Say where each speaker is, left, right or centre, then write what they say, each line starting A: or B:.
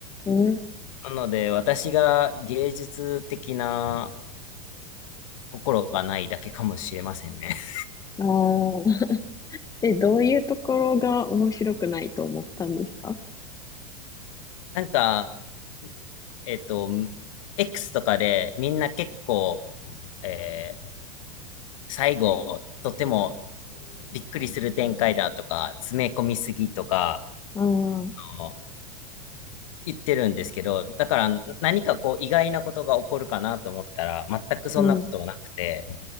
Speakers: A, on the left (about 20°); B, on the left (about 55°).
A: ん、う
B: なので、私が芸術的な心がないだけかもしれませんね。<laughs>
A: ん。ああ。<laughs> え、どういうところが面白くないと思ったんですか
B: なんか、えっと、X とかでみんな結構、えー最後、とてもびっくりする展開だとか、詰め込みすぎとか、
A: ああー、
B: あの言ってるんですけど、だから何かこう意外なことが起こるかなと思ったら、全くそんなことはなくて、
A: うん、